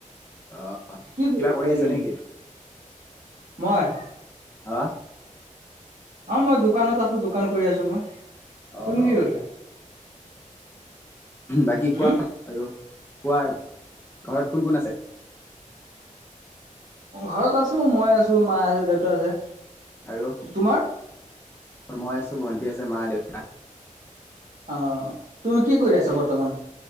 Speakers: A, on the left; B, on the right.
A: অ
B: কি কৰিছ
A: কিবা কৰি
B: আজিকালি?
A: আছে নেকি
B: মই।
A: হা।
B: অ, মই দোকানত আছোঁ। দোকান কৰি আছোঁ মই।
A: অ
B: তুমি
A: অ
B: কি কৰিছা?
A: বাকী
B: হম
A: কোৱা, আৰু কোৱা। ঘৰত কোন কোন আছে?
B: ঘৰত আছোঁ। মই আছোঁ, মা আছে, দেউতা আছে।
A: আৰু
B: তোমাৰ
A: মই আছোঁ, ভণ্টী আছে, মা-দেউতা।
B: অ, তুমি কি কৰি আছা বৰ্তমান?